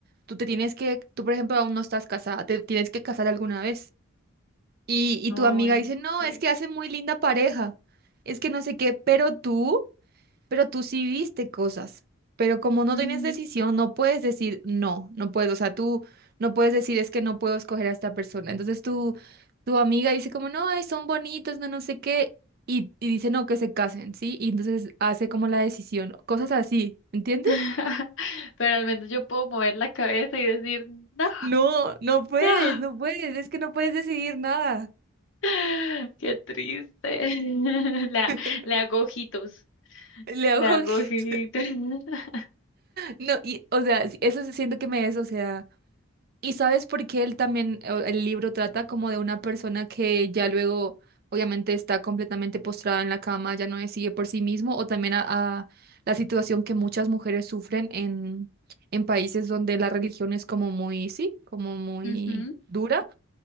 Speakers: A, on the right; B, on the left.
A: tú te tienes que, tú por ejemplo aún no estás casada, te tienes que casar alguna vez. Y, y
B: Ay,
A: tu amiga dice, no,
B: sí.
A: es que hace muy linda pareja, es que no sé qué, pero tú, pero tú sí viste cosas, pero como no
B: Ujú.
A: tienes decisión, no puedes decir no, no puedes, o sea, tú no puedes decir es que no puedo escoger a esta persona. Entonces tu, tu amiga dice como, no, ay, son bonitos, no, no sé qué, y, y dice no, que se casen, ¿sí? Y entonces hace como la decisión, cosas así, ¿entiendes?
B: <laughs> Pero al menos yo puedo mover la cabeza y decir, no,
A: No, no puedes,
B: no.
A: no puedes, es que no puedes decidir nada.
B: <laughs> Qué triste. <laughs> La,
A: <laughs>
B: la hago ojitos.
A: Le
B: La
A: hago
B: hago
A: <laughs>
B: ojitos. <laughs>
A: No, y, o sea, sí, eso sí siento que me es, o sea, y sabes por qué él también, o- el libro trata como de una persona que ya luego, obviamente, está completamente postrada en la cama, ya no decide por sí mismo, o también a, a la situación que muchas mujeres sufren en, en países donde la religión es como muy, sí, como muy
B: Ujú.
A: dura,